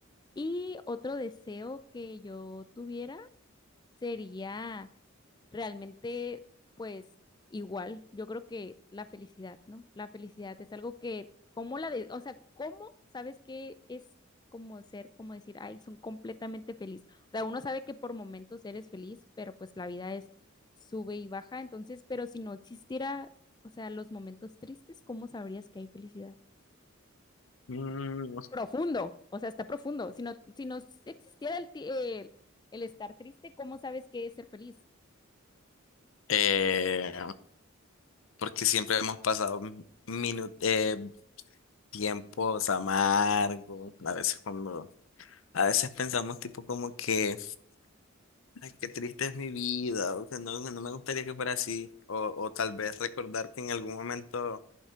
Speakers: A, on the left; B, on the left.
A: Y otro deseo que yo tuviera sería realmente, pues igual, yo creo que la felicidad, ¿no? La felicidad es algo que, ¿cómo la de, o sea, cómo sabes que es como ser, como decir, ay, son completamente feliz? O sea, uno sabe que por momentos eres feliz, pero pues la vida es sube y baja, entonces, pero si no existiera, o sea, los momentos tristes, ¿cómo sabrías que hay felicidad?
B: Mm,
A: Profundo, o sea, está profundo. Si no, si no existiera el, ti- el el estar triste, ¿cómo sabes que es ser feliz?
B: eh, porque siempre hemos pasado minu- eh, tiempos amargos, a veces cuando A veces pensamos tipo como que, ay, qué triste es mi vida, o que no, no me gustaría que fuera así, o, o tal vez recordar que en algún momento